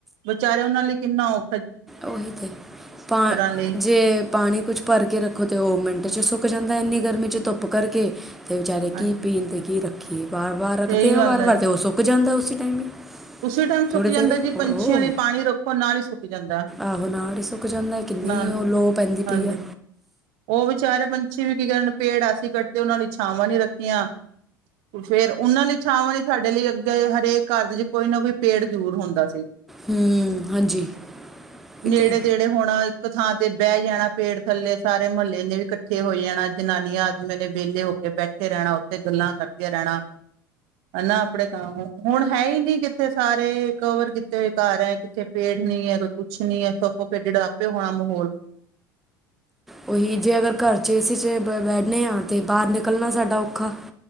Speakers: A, on the right; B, in the centre.
A: ਵਿਚਾਰੇ ਉਹਨਾ ਲਈ ਕਿੰਨਾ ਓ
B: ਓਹੀ ਤੇ ਪਾ
A: ਲਈ
B: ਜੇ ਪਾਣੀ ਕੁਛ ਭਰ ਕੇ ਰੱਖੋ ਤੇ ਉਹ ਮਿੰਟ ਚ ਸੁੱਕ ਜਾਂਦਾ ਇੰਨੀ ਗਰਮੀ' ਚ ਧੁੱਪ ਕਰਕੇ। ਅਤੇ ਬੇਚਾਰੇ
A: ਹਾਂਜੀ
B: ਕੀ ਪੀਣ ਅਤੇ ਕੀ ਰੱਖੀਏ ਬਾਰ -ਵਾਰ ਰੱਖਦੇ
A: ਸਹੀ
B: ਆਾਂ
A: ਗੱਲ
B: ਵਾਰ ਵਾਰ ਤੇ ਉਹ ਸੁੱਕ ਜਾਂਦਾ ਉਸੀ ਟਾਈਮ।
A: ਉਸੀ ਟਾਈਮ ਸੁੱਕ
B: ਥੋੜ੍ਹੀ
A: ਜਾਂਦਾ
B: ਦੇਰ
A: ਜੀ
B: ਉਹ
A: ਪੰਛੀਆਂ ਲਈ ਪਾਣੀ ਰੱਖੋ ਨਾਲ ਈ ਸੁੱਕ ਜਾਂਦਾ
B: ਆਹੋ ਨਾਲ ਇ ਸੁੱਕ ਜਾਂਦਾ ਕਿੰਨੀ
A: ਨਾਲ
B: ਉਹ ਲੋ ਪੈਂਦੀ
A: ਹਾਂਜੀ
B: ਪਈ ਆ
A: ਉਹ ਵਿਚਾਰੇ ਪੰਛੀ ਵੀ ਕੀ ਕਰਨ ਪੇੜ ਅਸੀਂ ਕੱਟਦੇ ਉਹਨਾਂ ਲਈ ਛਾਵਾਂ ਨੀ ਰੱਖੀਆਂ ਫੇਰ ਉਹਨਾਂ ਲਈ ਛਾਵਾਂ ਨੀ ਸਾਡੇ ਲਈ ਅੱਗੇ ਹਰੇਕ ਘਰ ਦੇ ਚ ਕੋਈ ਨਾ ਕੋਈ ਪੇੜ ਜ਼ਰੂਰ ਹੁੰਦਾ ਸੀ
B: ਹੂੰ ਹਾਂਜੀ ਇਹ
A: ਨੇੜੇ
B: ਤੇ
A: ਤੇੜੇ ਹੋਣਾ ਇੱਕ ਥਾਂ ਤੇ ਬਹਿ ਜਾਣਾ ਪੇੜ ਥੱਲੇ ਸਾਰੇ ਮੁਹੱਲੇ ਨੇ ਵੀ ਇਕੱਠੇ ਹੋਈ ਜਾਣਾ ਜਨਾਨੀਆਂ ਆਦਮੀਆਂ ਨੇ ਵਿਹਲੇ ਹੋ ਕੇ ਬੈਠੇ ਰਹਿਣਾ ਉਥੇ ਗੱਲਾਂ ਕਰਦੀਆਂ ਰਹਿਣਾ ਹਨਾ ਆਪਣੇ ਕੰ ਹੁਣ ਹੈ ਹੀ ਨ ਕਿੱਥੇ ਸਾਰੇ ਕਵਰ ਕਿਤੇ ਹੋਏ ਘਰ ਹੈ ਕਿੱਥੇ ਪੇੜ ਨੀ ਏ ਕੋਈ ਕੁੱਛ ਨੀ ਏ ਸੋਫੋਕਿਟੇਡ ਤਾਂ ਆਪਿ ਓ ਹੋਣਾ ਮਾਹੌਲ
B: ਉਹੀ ਜੇ ਅਗਰ ਘਰ ਚ ਏਸੀ ਚ ਬ ਬੈਠੇ ਹਾਂ ਤੇ ਬਾਹਰ ਨਿਕਲਣਾ ਸਾਡਾ ਔਖਾ